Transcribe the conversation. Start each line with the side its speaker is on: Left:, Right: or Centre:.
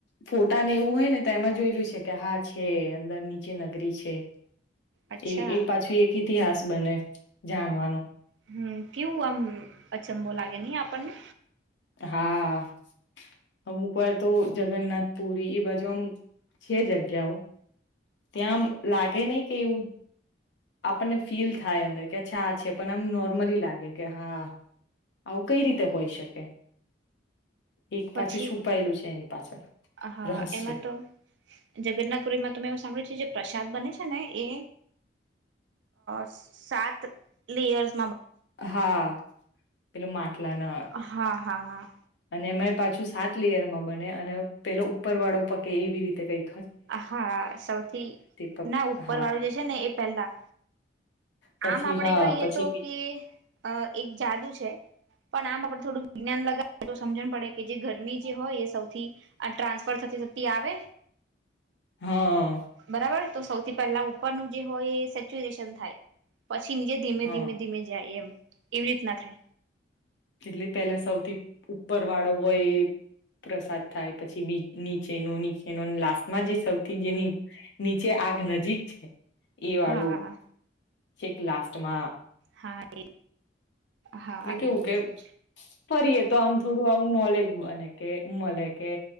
Left: ફોટાને એવું હોય ને તો એમાં જોયલું છે કે હા છે અંદર નીચે નગરી છે.
Right: અચ્છા
Left: એ એ પાછું એક. ઇતિહાસ બને જાણવાનો.
Right: હમ કેવું આમ અચંબો લાગે નહ આપણને.
Left: હા અમુક વાર તો જગન્નાથ પુરી એ બાજુ આમ છે જગ્યાઓ. ત્યાંમ લાગે નહી કે એવું આપણને ફીલ થાય અંદર કે અચ્છા આ છે પણ આમ નોર્મલી લાગે કે હા આવું કઈ રીતે હોઈ શકે. એક
Right: પછી
Left: પાછું છુપાયેલું છે એની પાછળ.
Right: હા
Left: રહસ્ય
Right: એમાં તો જગન્નાથપુરીમાં. તમે એવું સાંભળ્યું છે જે પ્રસાદ બને છે ને એ સાત લેયર્સ.
Left: હા પેલું માટલા ના
Right: હા હા હા
Left: અને એમાં પાછું સાત લેયર. બને અને પેલો ઉપર વાળો પકે એવી રીતે કઈ.
Right: હા સૌથી
Left: પક
Right: ના ઉપર
Left: હા
Right: વાળું જે છે ને એ પહેલા.
Left: પછી
Right: આમ આપડે
Left: હા
Right: કહીએ
Left: પછી
Right: તો
Left: બી
Right: કે અ એક જાદુ છે પણ આમાં આપડ થોડું વિજ્ઞાન લગાવ તો સમજણ પડે કે જે ગરમી જે હોય એ સૌથી ટ્રાન્સફર થતી થતી આવે
Left: હા
Right: બરાબર તો સૌથી પહેલા ઉપરનુંું જે હોય એ સેચ્યુએશન થાય પછી નીચે ધીમે
Left: હા
Right: ધીમે ધીમે જાય એમ એવી રીત ના થાય
Left: એટલે પેલા સૌથી ઉપર વાળો હોય પ્રસાદ થાય પછી બીની છે નની છે ન લાસ્ટ માં જે સૌથી જેની નીચે આગ નજીક છે એવાળું
Right: હા
Left: છેક લાસ્ટમાં
Right: હા એ હા
Left: એટલે કેવું
Right: એવું
Left: કે
Right: એવું જ
Left: ફરીએ તો આમ થોડું આવું નોલેજ બને કે મળે કે